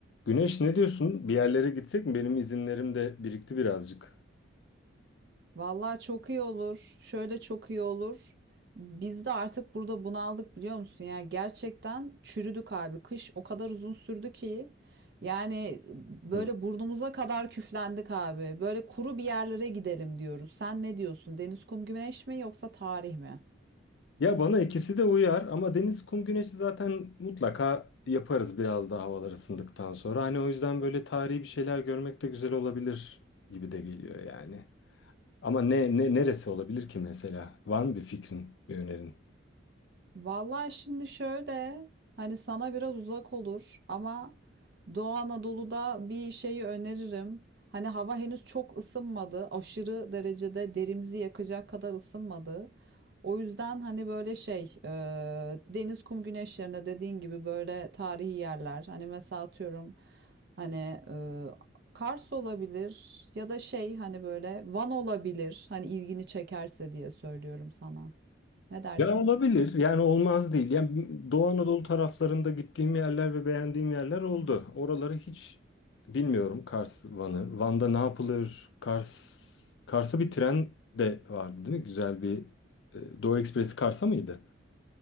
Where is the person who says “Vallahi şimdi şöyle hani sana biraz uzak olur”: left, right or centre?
Right